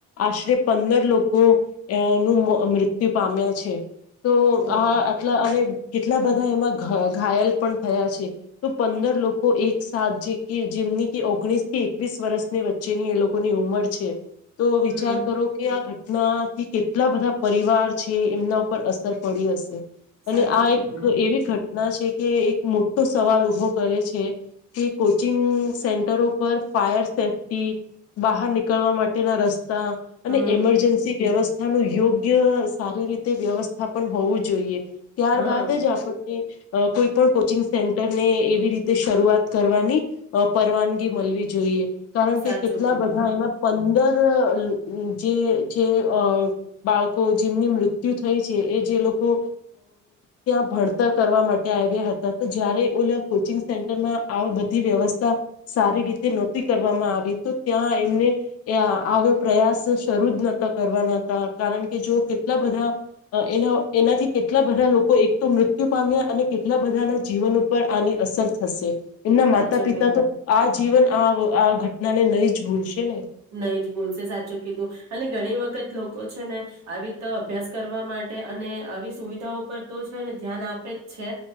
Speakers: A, on the left; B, on the right.
A: આશ્રય. પંદર લોકો અ નું મૃત્યુ પામ્યા છે. તો
B: હમ
A: આ આટલા અને. કેટલા બધા એમાં ઘ ઘાયલ પણ થયા છે. તો પંદર લોકો એકસાથ જે કે જે. ઓગણીસ થી એકવીસ વર્ષની વચ્ચેની એ લોકોની ઉંમર છે. તો વિચાર
B: હમ.
A: કરો, કે આ ઘટનાથી કેટલા બધા પરિવાર. છ એમના ઉપર અસર પડી હશે.
B: સાચું
A: અને આ
B: કીધું
A: એક એવી ઘટના. ઘટના છે કે એક મોટો સવાલ ઊભો કરે છે, કે કોચિંગ સેન્ટરો પર. ફાયર સેફ્ટી, બહાર નીકળવા માટેના રસ્તા. અને
B: હમ
A: એમરજન્સી વ્યવસ્થાનું યોગ્ય સારી રીતે વ્યવસ્થા પણન હોવું જોઈએ. ત્યારબાદ
B: હા
A: જ આપણને. અ કોઈ પણ કોચિંગ સેન્ટરને એવી રીતે શરૂઆત કરવાની પરવાનગી મળવી જોઈએ. કારણ
B: સાચું
A: કે કેટલા
B: કીધું
A: બધા એમાં પંદર. જે છે અ બાળકો જેમની મૃત્યુ થઈ છે. એ જે લોકો. ત્યાં ભણતર કરવા માટે આવ્યા હતા તો જયારે ઓ કોચિંગ સેન્ટરમાં આ બધી વ્યવસ્થા સારી રીતે નહોતી કરવામાં આવી તો ત્યાં એમને આવ પ્રયાસ શરૂ જ નતા કરવાના હતા કારણ કે જો કેટલા બધા એના એનાથી કેટલા બધા લોકો એક તો મૃત્યુ પામ્યા અને કેટલા બધાના જીવન ઉપર આની અસર થશે એમના
B: સાચું
A: માતા પિતા
B: કીધું
A: તો આ જીવન આ આ ઘટનાને નહી જ ભૂલશે ને
B: નહી જ બોલશે સાચું કીધું અને ઘણી વખત લોકો છે ને આવી રિતે અભ્યાસ કરવા માટે અને આવી સુવિધાઓ પરતો છેને ધ્યાન આપે જ છે